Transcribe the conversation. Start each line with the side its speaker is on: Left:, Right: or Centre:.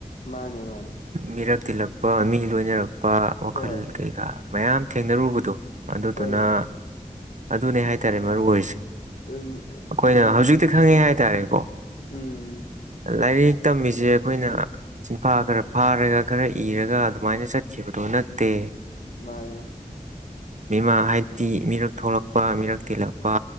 Left: ꯃꯥꯅꯦ ꯃꯥꯅꯦ
Right: ꯃꯤꯔꯛ ꯇꯤꯜꯂꯛꯄ ꯃꯤ ꯂꯣꯏꯅꯔꯛꯄ ꯋꯥꯈꯜ
Left: ꯍꯣꯏ
Right: ꯀꯩꯀꯥ ꯃꯌꯥꯝ ꯊꯦꯡꯅꯔꯨꯕꯗꯣ ꯑꯗꯨꯗꯨꯅ
Left: ꯍꯣꯏ
Right: ꯑꯗꯨꯅꯦ ꯍꯥꯏꯇꯥꯔꯦ ꯃꯔꯨ ꯑꯣꯏꯔꯤꯁꯦ
Left: ꯑꯗꯨꯝ
Right: ꯑꯩꯈꯣꯏꯅ
Left: ꯃꯤ
Right: ꯍꯧꯖꯤꯛꯇꯤ ꯈꯪꯉꯦ ꯍꯥꯏꯇꯥꯔꯦꯀꯣ
Left: ꯎꯝ
Right: ꯂꯥꯏꯔꯤꯛ ꯇꯝꯃꯤꯁꯦ ꯑꯩꯈꯣꯏꯅ ꯁꯤꯤꯟꯐꯥ ꯈꯔ ꯐꯥꯔꯒ ꯈꯔ ꯏꯔꯒ ꯑꯗꯨꯝ ꯁꯨꯃꯥꯏꯅ ꯆꯠꯈꯤꯕꯗꯣ ꯅꯠꯇꯦ
Left: ꯃꯥꯒꯦ
Right: ꯃꯤꯃꯥ ꯍꯥꯏꯕꯗꯤ ꯃꯤꯔꯛ ꯊꯣꯛꯂꯛꯄ ꯃꯤꯔꯛ ꯇꯤꯜꯂꯛꯄ